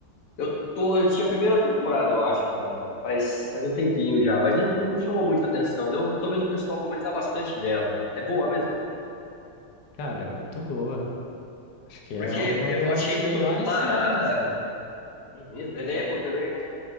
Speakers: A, on the left; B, on the left.
A: Eu tô, eu tinha a primeira temporada, eu acho, cara. Faz, faz um tempinho já, mas não, não me chamou muita atenção. Eu tô vendo o pessoal comentar bastante dela. É boa mesmo?
B: Cara, é muito boa. Acho que
A: Porque
B: é uma
A: eu
B: das
A: achei muito
B: melhores
A: parada
B: séries aí.
A: É mesmo? É Deadpool também, né?